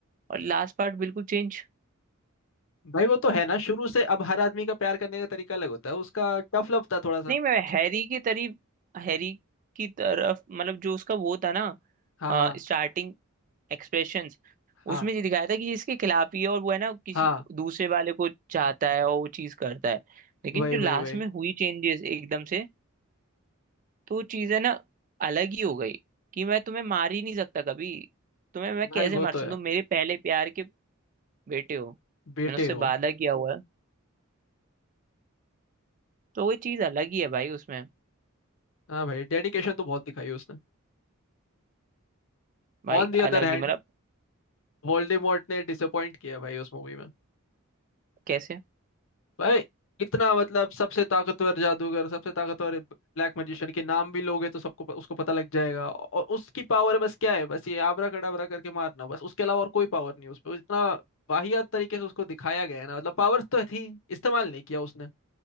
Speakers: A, on the right; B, on the left.
A: और लास्ट पार्ट बिल्कुल चेंज
B: भाई वो तो है ना शुरू से अब हर आदमी का प्यार करने का तरीका अलग होता है उसका टफ लव था थोड़ा सा
A: नहीं मैं हैरी की तरीफ हैरी की तरफ मतलब जो उसका वो था ना
B: हाँ हाँ
A: स्टार्टिंग एक्सप्रेशंस
B: हाँ
A: उसमें ये दिखाया था कि ये इसके खिलाफ ही है और वो है ना किसी
B: हाँ
A: दूसरे वाले को चाहता है और वो चीज करता है लेकिन
B: वही
A: जो लास्ट
B: वही वही
A: में हुई चेंजेस एकदम से तो वो चीज है ना अलग ही हो गई कि मैं तुम्हें मार ही नहीं सकता कभी तुम्हें मैं कैसे
B: भाई वो
A: मार
B: तो
A: सकता
B: है
A: तुम मेरे पहले प्यार के बेटे हो
B: बेटे
A: मैंने उससे
B: हो
A: वादा किया हुआ है तो वो चीज अलग ही है भाई उसमें
B: हाँ भाई डेडिकेशन तो बहुत दिखाई उसने
A: भाई
B: On the
A: अलग
B: other hand
A: ही मतलब
B: Voldemort ने डिसअपॉइंट किया भाई उस मूवी में
A: कैसे
B: भाई इतना मतलब सबसे ताकतवर जादूगर सबसे ताकतवर ब्लैक मैजिशियन के नाम भी लोगे तो सबको प- उसको पता लग जाएगा और उसकी पावर बस क्या है बस ये आबरा कड़ाबरा करके मारना बस उसके अलावा और कोई पावर नहीं उस पर इतना वाहियात तरीके से उसको दिखाया गया है ना मतलब पावर तो थी इस्तेमाल नहीं किया उसने